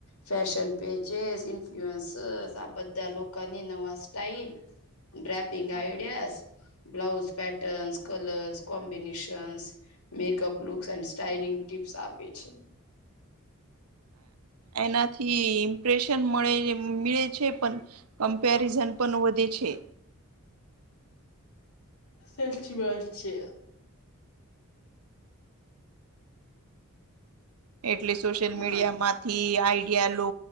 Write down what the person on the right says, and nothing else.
એનાથી ઇમ્પ્રેશન મળે મળે છે પણ કમ્પેરિઝન પણ વધે છે
એટલે સોશિયલ
મીડિયામાં થી આઈડિયા લો